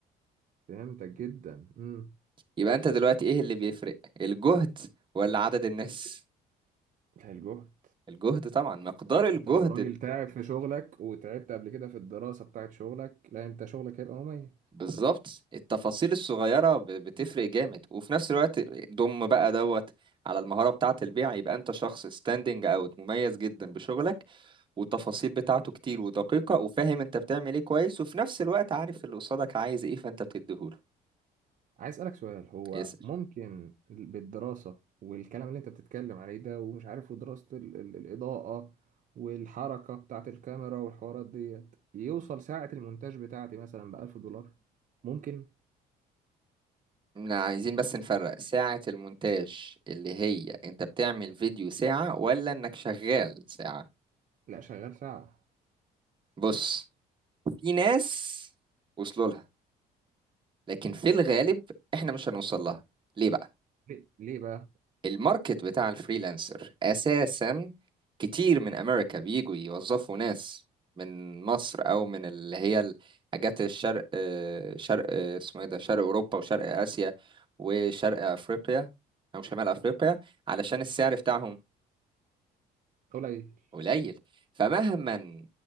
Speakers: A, on the right (about 50°); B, on the right (about 30°).
A: فهمتك جدا امم
B: يبقى أنت دلوقتي إيه اللي بيفرق؟ الجهد ولا عدد الناس؟
A: الجهد
B: الجهد طبعا مقدار الجهد
A: انت لو راجل تعب في شغلك وتعبت قبل كده في الدراسه بتاعت شغلك لا انت شغلك هيبقى مميز
B: بالظبط التفاصيل الصغيرة ب- بتفرق جامد وفي نفس الوقت ضم بقى دوت على المهارة بتاعة البيع يبقى انت شخص ستاندنج اوت مميز جدا بشغلك والتفاصيل بتاعته كتير ودقيقة وفاهم انت بتعمل ايه كويس وفي نفس الوقت عارف اللي قصادك عايز ايه فانت بتديهوله
A: عايز اسالك سؤال هو
B: يسأل
A: ممكن بالدراسه والكلام اللي انت بتتكلم عليه ده ومش عارف ودراسه ال- ال- الاضاءه والحركه بتاعه الكاميرا والحوارات ديت يوصل ساعه المونتاج بتاعتي مثلا ب 1000 دولار ممكن
B: احنا عايزين بس نفرق ساعة المونتاج اللي هي انت بتعمل فيديو ساعة ولا انك شغال ساعة
A: لا شغال ساعه
B: بص في ناس وصلوا لها لكن في الغالب احنا مش هنوصل لها ليه بقى
A: ليه ليه بقى
B: الماركت بتاع الفريلانسر اساسا كتير من امريكا بيجوا يوظفوا ناس من مصر او من اللي هي حاجات الشرق آه، شرق آه، اسمه ايه ده شرق اوروبا وشرق اسيا وشرق افريقيا او شمال افريقيا علشان السعر بتاعهم
A: قليل
B: قليل فمهما